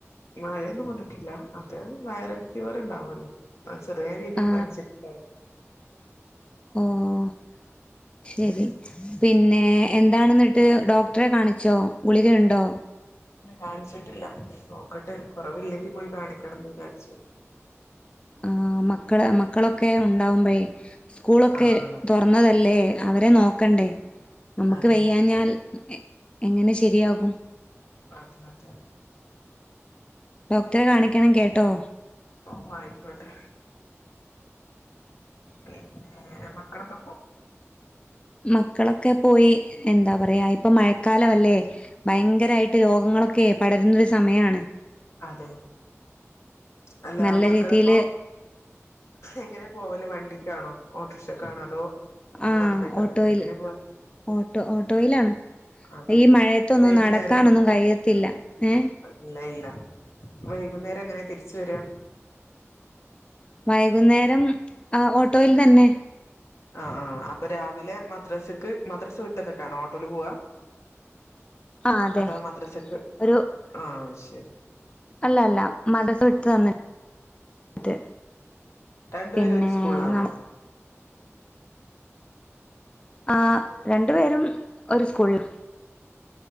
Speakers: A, on the left; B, on the left.
A: മഴയൊന്നും കൊണ്ട്ട്ടില്ല അത് വൈറൽ ഫീവർ ണ്ടാവൊല്ലോ? ആഹ് ചെറിയ രീതില്
B: ആ
A: പൻച്ചിട്ടുണ്ട
B: ഓഹ് ശരി. പിന്നേ എന്താണ്ന്നട്ട് ഡോക്ടറെ കാണിച്ചോ ഗുളികയുണ്ടോ?
A: കാണിച്ചിട്ടില്ല നോക്കട്ട് കൊറവില്ലെങ്കി പോയി കാണിക്കണംന്ന് വിചാരിച്ച്.
B: ആഹ് മക്കള് മക്കളൊക്കെ ഉണ്ടാവുമ്പഴെ. സ്കൂളൊക്കെ
A: ആഹ്
B: തൊർന്നതല്ലേ അവരെ നോക്കണ്ടേ നമുക്ക്
A: അതെ
B: വയ്യാഞ്ഞാൽ. ക്കെ എങ്ങനെ ശരിയാകും
A: അതെതെ.
B: ഡോക്ടറെ കാണിക്കണം കേട്ടോ?
A: ഓഹ് വായിക്കോട്ടെ പിന്നാ ഏഹ് മക്കളൊക്കെ.
B: മക്കളൊക്കെ പോയി എന്താ പറ അറയാ ഇപ്പ മഴക്കാലവല്ലേ ഭയങ്കരായിട്ട് രോഗങ്ങളൊക്കെ പടരുന്നൊരു സമയാണ്.
A: അതെ അല്ല
B: നല്ല
A: മക്കളിപ്പോ.
B: രീതിയില്
A: എങ്ങനെ പോവല് വണ്ടിക്കാണോ ഓട്ടർഷക്കാണോ അതോ.
B: ആഹ്
A: നടന്നിട്ടാണൊ
B: ഓട്ടോയിൽ
A: എങ്ങനെ പോവ.
B: ഓട്ടോ ഓട്ടോയിലാണ്
A: അതെ
B: ഈ മഴയത്തൊന്നും
A: വൈകുന്നേരം
B: നടക്കാനൊന്നും കഴിയത്തില്ല ഏഹ്.
A: ഇല്ല ഇല്ല വൈകുന്നേരം എങ്ങനെ തിരിച്ച് വരാ.
B: വൈകുന്നേരം ആഹ് ഓട്ടോയിൽ തന്നെ.
A: ആഹ് ആഹ് അപ്പ രാവിലെ മദ്രാസക്ക് മദ്രാസ വിട്ടന്നിട്ടാണോ ഓട്ടോല് പോവാ?
B: ആഹ് അതെ
A: അതോ മദ്രറസക്ക്
B: ഒരു
A: ആഹ് ശരി.
B: അല്ല അല്ല മദ്രസ വിട്ട് വന്നിട്ട്.
A: രണ്ടു
B: പിന്നേ
A: പേരും ഒരു സ്കൂളിലാണോ
B: നള ആഹ് രണ്ടു പേരും. ഒര് സ്കൂൾല്.